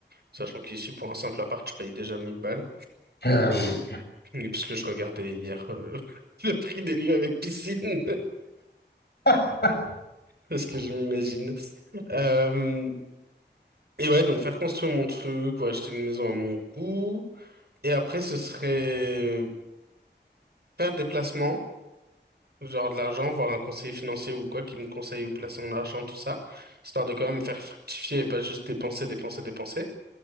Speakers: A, on the right; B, on the left.
A: sachant qu'ici, pour un simple appart, je paye déjà 1000 balles.
B: Ah oui.
A: <laughs> Et Parce que je regardais hier euh, <laughs> le prix des lieux avec piscine, <laughs>
B: <laughs>
A: parce que je m'imagine. Euh, et ouais, donc faire construire mon truc ou acheter une maison à mon goût. Et après, ce serait euh, faire des placements genre de l'argent, voir un conseiller financier ou quoi qui me conseille où placer mon argent, tout ça, histoire de quand même faire fructifier et pas juste dépenser, dépenser, dépenser.